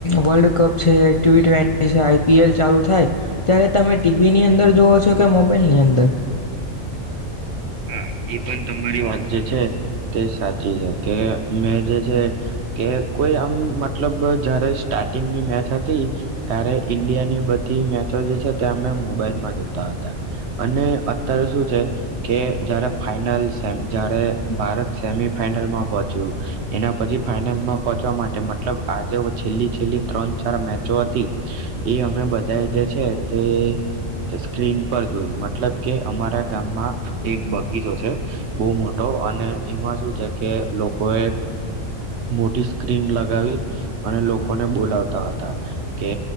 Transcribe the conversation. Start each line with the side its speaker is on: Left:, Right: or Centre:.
Left: વર્લ્ડ કપ છે ટી ટ્વેન્ટી છે આઈપીએલ ચાલુ થાય ત્યારે તમે ટીવીની અંદર જોવ છો કે મોબાઈલની અંદર.
Right: હા એ પણ તમારી વાત જે છે તે સાચી છે કે મેં જે છે કે કોઈ આમ... મતલબ જયારે સ્ટાર્ટિંગની મેચ હતી... તે ત્યારે ઈન્ડિયાની બધી મેચો જે છે તે અમે મોબાઈલમાં જોતા હતા અને અત્યારે શું છે... કે જયારે ફાઈનલ સેમ જારે ભારત સેમી ફાઈનલમાં પહોંચ્યું એના પછી ફાઈનલમાં પહોચવા માટે મતલબ આજે છેલ્લી છેલ્લી ત્રણ ચાર મેચો હતી... એ અમે બધાએ જે છે તે... જે સ્ક્રીન પર જોય, મતલબ કે અમારા ગામમાં... એક બગીચો છે બહુ મોટો અને એમાં શું છે કે લોકો એ મોટી સ્ક્રીન લગાવી અને લોકોને બોલાવતા હતા કે